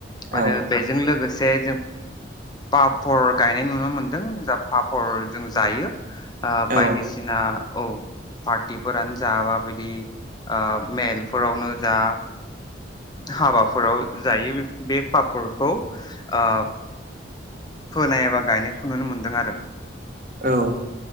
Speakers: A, on the right; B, on the left.
A: औ
B: आरो बेजों लोगोसे जों पापर गायनाय नुनो मोनदों जा पापर जों जायो ओ बायदिसिना
A: औ
B: औ पार्टिफोरानो जा बा बिदि ओ मेलफोरावनो जा हाबाफोराव जायो बे पापरखौ ओ फोनाय एबा गायनायखौ नुनो मोनदों आरो
A: औ